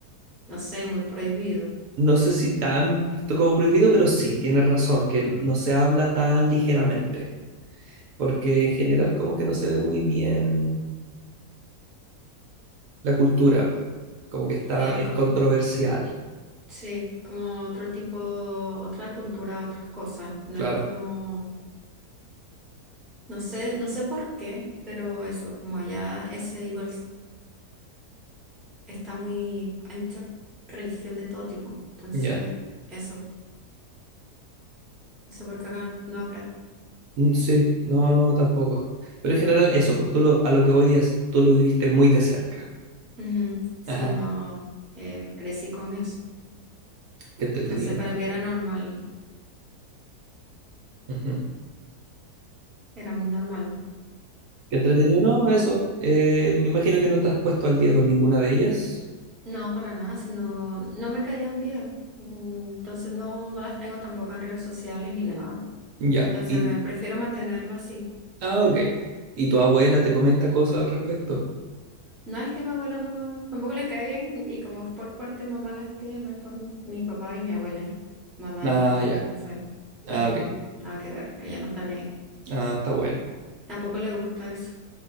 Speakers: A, in the centre; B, on the right.
A: no sé, muy prohibido.
B: no sé si tanto como prohibido, pero sí, tienes razón, que n- no se habla tan ligeramente, porque en general como que no se ve muy bien la cultura, pues, como que está,
A: Es
B: es
A: como,
B: controversial,
A: sí, como otro tipo, otra cultura, otras cosas. No
B: claro,
A: es como, no sé, no sé por qué, pero eso, como allá ese igual s- está muy, hay mucha religión de todo tipo. Entonces,
B: ya.
A: eso, no sé por qué acá no habrá.
B: Mm, Sí, no, no, tampoco. Pero en general eso, pues tú lo, a lo que voy es, tú lo viviste muy de cerca.
A: Ujú, Sí,
B: Ajá,
A: no, eh, crecí con eso.
B: qué entretenido.
A: Entonces, para mí era normal,
B: Ujú.
A: era muy normal.
B: Qué entretenido, no, eso. Eh, me imagino que no te has puesto al día con ninguna de ellas.
A: No, para nada, sino no me caían bien. Mm, Entonces no, no las tengo tampoco en redes sociales ni nada.
B: Ya.
A: Entonces
B: ¿Y
A: eh, prefiero mantenerlo así.
B: Ah, ok. ¿Y tu abuela te comenta cosas al respecto?
A: No es que mi abuela no, tampoco le cae bien y como es por parte de mamá las tías, no es por mi, mi papá y mi abuela es mamá
B: Ah,
A: de mi papá.
B: ya.
A: Entonces,
B: Ah,
A: ni
B: ok.
A: nada que ver, ella no está ni ahí.
B: Ah, está bueno.
A: Tampoco le gusta eso.